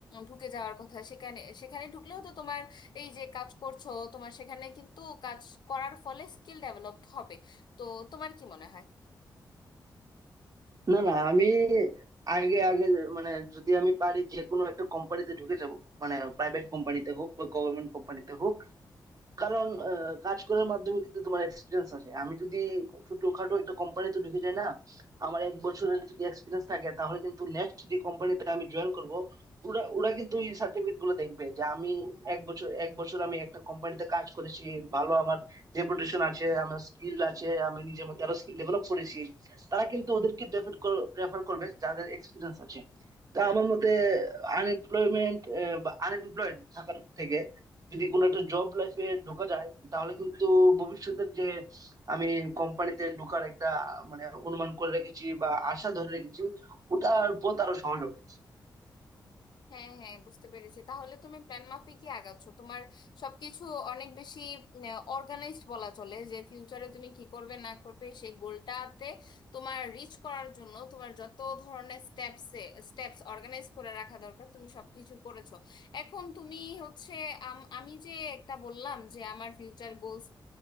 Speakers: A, on the left; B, on the right.
A: ঢুকে যাওয়ার কথা সেখানে সেখানে ঢুকলেও তো তোমার এই যে কাজ করছো তোমার সেখানে কিন্তু কাজ করার ফলে স্কিল ডেভেলপড হবে তো তোমার কি মনে হয়
B: না না আমি আগে আগে মানে যদি আমি পারি যে কোনো একটা কোম্পানিতে ঢুকে যাব মানে প্রাইভেট কোম্পানিতে হোক বা গভর্নমেন্ট কোম্পানিতে হোক কারণ আহ, কাজ করার মাধ্যমে কিন্তু তোমার এক্সপিরিয়েন্স আছে আমি যদি ছোটখাটো একটা কোম্পানিতে ঢুকে যাই না আমার এক বছরের যদি এক্সপিরিয়েন্স থাকে তাহলে কিন্তু নেক্সট যে কোম্পানিতে আমি জয়েন করব ওরা ওরা কিন্তু এই সার্টিফিকেট গুলো দেখবে যে আমি এক বছর এক বছর আমি একটা কোম্পানিতে কাজ করেছি ভালো আমার রেপুটেশন আছে আমার স্কিল আছে আমি নিজের মধ্যে আরো স্কিল ডেভেলপ করেছি তারা কিন্তু ওদেরকে প্রেফার প্রেফার করবে যাদের এক্সপিরিয়েন্স আছে তা আমার মতে আনএমপ্লয়মেন্ট বা আনএমপ্লয়েড থাকার থেকে যদি কোনো একটা জব লাইফে ঢোকা যায় তাহলে কিন্তু ভবিষ্যতের যে আমি কোম্পানিতে ঢোকার একটা মানে অনুমান করে রেখেছি বা আশা ধরে রেখেছি ওটার পথ আরো সহজ হবে
A: হ্যাঁ হ্যাঁ বুঝতে পেরেছি তাহলে তুমি প্ল্যান মাফিকই আগাচ্ছ তোমার সবকিছু অনেক বেশি অর্গানাইজড বলা চলে যে ফিউচারে তুমি কি করবে না করবে সেই গোলটাতে তোমার রিচ করার জন্য তোমার যত ধরনের স্টেপস স্টেপস অর্গানাইজ করে রাখা দরকার তুমি সবকিছু করেছো এখন তুমি হচ্ছে আম- আমি যে একটা বললাম যে আমার ফিউচার গোলস